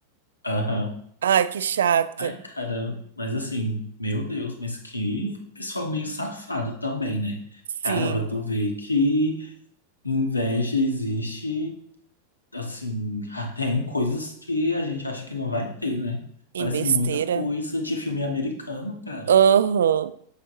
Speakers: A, on the left; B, on the right.
A: Aham.
B: Ai, que chato.
A: Ai, cara, mas assim, meu Deus, mas que pessoal meio safado também, né?
B: Sim,
A: Cara, pra tu ver que inveja existe, assim, até em coisas que a gente acha que não vai ter, né?
B: em
A: Parece
B: besteira.
A: muita coisa de filme americano, cara.
B: Aham.